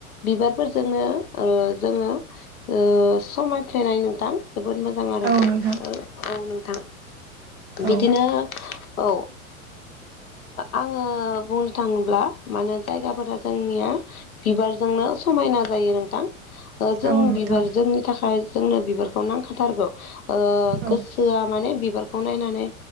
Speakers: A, on the left (about 80°); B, on the right (about 55°).
A: बिबारफोरजोंनो ओ जोङो ओ समायफ्लेनाय नोंथां जोबोद मोजां आरो
B: औ नोंथां
A: औ नोंथां
B: औ
A: बिदिनो औ आङो बुंनो थाङोब्ला माने जायगाफोरा जोंनिया बिबारजोंनो समायना जायो नोंथां ओ
B: औ
A: जों
B: नोंथां
A: बिबार जोंनि थाखाय जोंनो बिबारखौ नांखाथारगौ ओ
B: औ
A: गोसो गोहोय माने बिबारखौ नायनानै